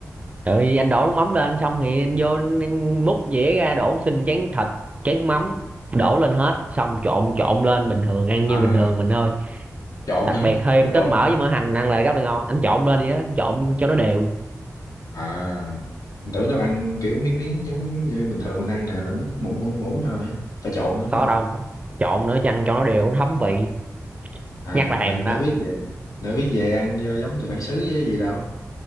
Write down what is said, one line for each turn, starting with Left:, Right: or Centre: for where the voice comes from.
Right: rồi anh đổ nước mắm lên xong thì anh vô anh, anh múc dĩa ra đổ xin chén thịt chén mắm đổ lên hết xong trộn trộn lên bình thường ăn như
Left: à
Right: bình thường mình thôi
Left: trộn
Right: đặc
Left: hả
Right: biệt thêm
Left: có
Right: tóp
Left: trộn
Right: mỡ
Left: hả
Right: với mỡ hành ăn là rất là ngon anh trộn lên đi á trộn cho nó đều
Left: à mình tưởng nó ăn kiểu miếng miếng giống như bình thường mình ăn nè là múc muỗng muỗng muỗng thôi phải trộn nữa
Right: có
Left: phải không
Right: đâu trộn nữa chăng cho nó đều nó thấm vị
Left: à
Right: nhắc là thèm
Left: đang
Right: rồi
Left: đỡ
Right: đó
Left: biết về đỡ biết về ăn cho giống người bản xứ với gì đâu